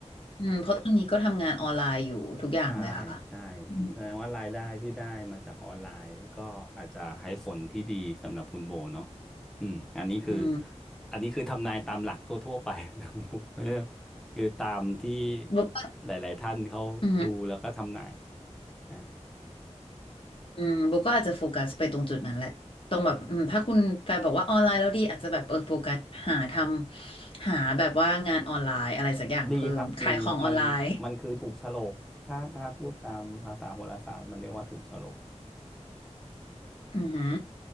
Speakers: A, on the left; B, in the centre.
A: อืมเพราะตอนนี้ก็ทำงานออนไลน์อยู่ทุกอย่างเลยค่ะ
B: ใช่ใช่
A: อืม
B: แสดงว่ารายได้ที่ได้มาจากออนไลน์ก็อาจจะให้ผลที่ดีสำหรับคุณโบเนาะอืมอันนี้คือ
A: อืม
B: อันนี้คือทำนายตามหลักทั่วๆไป <laughs> นะคุณโบไม่ได้คือตามที่
A: โบก็
B: หลายๆท่านเขาดูแล้วก็ทำนาย
A: อืม
B: นะ
A: อืมโบก็อาจจะโฟกัสไปตรงจุดนั้นแหละตรงแบบอืมถ้าคุณแฟนบอกว่าออนไลน์แล้วดีอาจจะแบบเออโฟกัสหาทำหาแบบว่างานออนไลน์อะไรสักอย่างเพิ่มขายของออนไลน์
B: ดีครับดีมันมันคือถูกโฉลกถ้าถ้าพูดตามภาษาโหราศาสตร์มันเรียกว่าถูกโฉลก
A: อือหือ